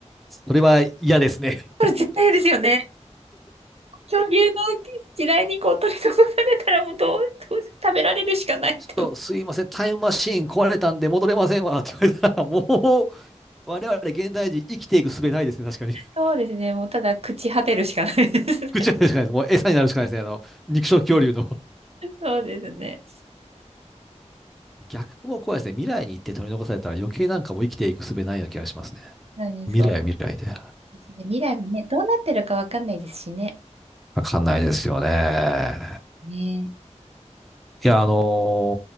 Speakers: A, in the centre; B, on the right (about 55°).
A: それは嫌ですね。
B: これ絶対嫌ですよね。恐竜の時代にこう取り残されたらもうどう、どう食べられるしかないって思う。
A: ちょっとすいません、タイムマシーン壊れたんで戻れませんわって言われたら、もう我々現代人生きていく術ないですね、確かに。
B: そうですね。もうただ朽ち果てるしかないですね。
A: 口が出るしかないです。もう餌になるしかないですね。あの、肉食恐竜の。
B: <laughs> そうですね。
A: 逆も怖いですね。未来に行って取り残されたら余計なんかもう生きていく術ないような気がしますね。
B: 何、
A: 未来は未来で。
B: そうですね。未来もね、どうなってるかわかんないですしね。
A: わかんないですよね。
B: ね
A: いや、あの